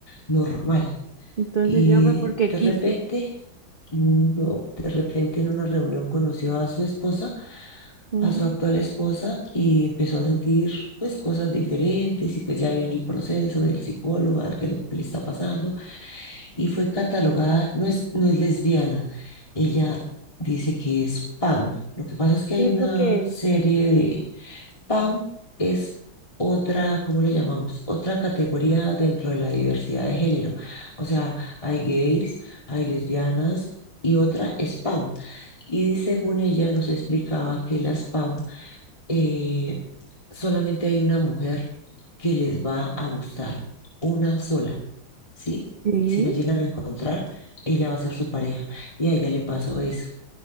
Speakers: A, on the left; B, on the right.
A: normal.
B: Entonces
A: Y
B: ya fue porque
A: de
B: quiso.
A: repente, mm, no, de repente en una reunión conoció a su esposa,
B: Ujú.
A: a su actual esposa, y empezó a sentir pues cosas diferentes y pues ya viene el proceso del psicólogo a ver qué es lo que le está pasando. Y fue catalogada, no es, no es lesbiana, ella dice que es PAM. Lo que pasa es que hay
B: ¿Y eso
A: una
B: qué es?
A: serie de PAM es otra, ¿cómo le llamamos? Otra categoría dentro de la diversidad de género. O sea, hay gays, hay lesbianas y otra es PAM. Y según ella nos explicaba que las PAM eh, solamente hay una mujer que les va a gustar, una sola, ¿sí?
B: Sí.
A: Si la llegan a encontrar, ella va a ser su pareja. Y a ella le pasó eso.